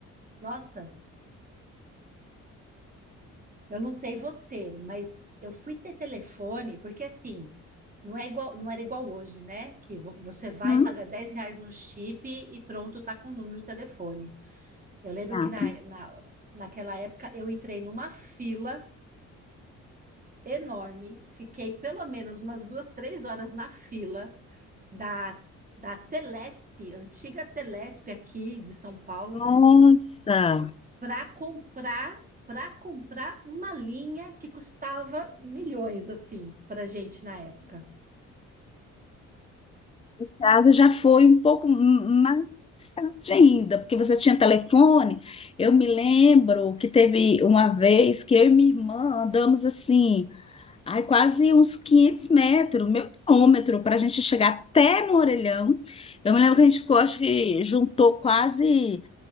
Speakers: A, on the right; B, on the left.
A: nossa, eu não sei você, mas eu fui ter telefone, porque assim, não é igual, não era igual hoje, né? Que vo- você vai
B: Hum,
A: pagar 10 reais no chip e pronto, tá com o número de telefone. Eu lembro
B: gato.
A: que na, na, naquela época eu entrei numa fila enorme, fiquei pelo menos umas duas, três horas na fila da, da Telesp, antiga Telesp aqui de São Paulo,
B: Nossa.
A: para comprar para comprar uma linha que custava milhões assim para gente na época.
B: casa já foi um pouco mais tarde ainda, porque você tinha telefone. Eu me lembro que teve uma vez que eu e minha irmã andamos assim, ai, quase uns 500 metros, meio quilômetro, para a gente chegar até no Orelhão. Eu me lembro que a gente ficou, acho que juntou quase